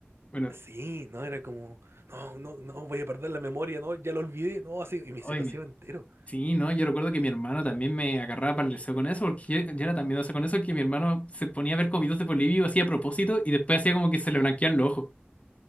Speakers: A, on the left; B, on the right.
A: Bueno,
B: Sí, no, era como, no, no, no, voy a perder la memoria, no, ya lo olvidé, no, así, y me
A: hoy
B: se
A: mi.
B: entero.
A: Sí, no, yo recuerdo que mi hermano también me agarraba para el deseo con eso, porque yo, yo era tan miedoso con eso que mi hermano se ponía a ver comidos de Polivio, hacía a propósito y después hacía como que se le blanqueaban los ojos.